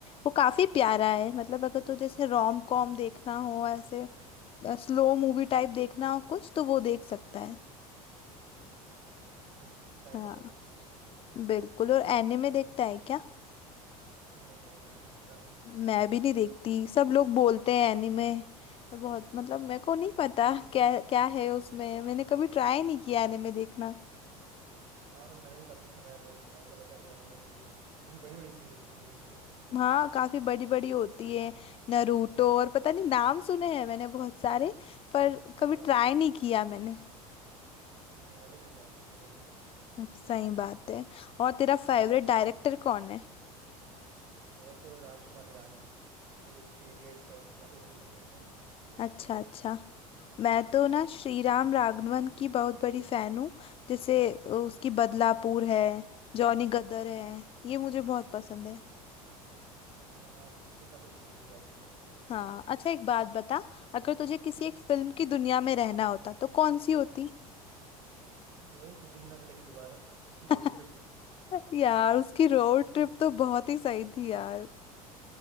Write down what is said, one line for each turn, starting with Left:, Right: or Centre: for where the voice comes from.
Left: वो काफी प्यारा है मतलब अगर तुझे जैसे रोम कॉम देखना हो ऐसे स्लो मूवी टाइप देखना हो कुछ तो वो देख सकता है
Right: अच्छा बिल्कुल ट्राई
Left: हाँ
Right: करूंगा उसको भी देखना
Left: बिल्कुल और एनिमे देखता है क्या
Right: नहीं एनिमे नहीं देखता मैं
Left: मैं भी नहीं देखती सब लोग बोलते हैं एनीमे मैं बहुत मतलब मेरे को नहीं पता क्या क्या है उसमें मैंने कभी ट्राई नहीं किया एनीमे देखना
Right: हाँ मैंने मैंने भी काफ़ी सुना है लोग पागल है काफ़ी एनिमे के लिए काफ़ी बड़ी बड़ी सीरीज होती है उसकी
Left: हाँ काफी बड़ी बड़ी होती है नरूटो और पता नहीं नाम सुने हैं मैंने बहुत सारे पर
Right: हाँ
Left: कभी ट्राई नहीं किया मैंने
Right: हाँ मैंने भी ट्राई नहीं किया कभी
Left: सही बात है और तेरा फेवरेट डायरेक्टर कौन है
Right: मेरा तो राजकुमार हिरानी उसकी जो थ्री इडियट्स है काफ़ी मुझे पसंद है
Left: अच्छा अच्छा मैं तो ना श्री राम राघवन की बहुत बड़ी फैन हूँ जैसे उसकी बदलापुर है जॉनी गदर है ये मुझे बहुत पसंद है
Right: अच्छा हाँ उसकी भी काफ़ी अच्छी मूवीज आती है
Left: हाँ अच्छा एक बात बता अगर तुझे किसी एक फिल्म की दुनिया में रहना होता तो कौन सी होती
Right: वही जिंदगी ना मिलेगी दोबारा उसकी
Left: <laughs>
Right: रोड ट्रिप
Left: यार उसकी रोड ट्रिप तो बहुत ही सही थी यार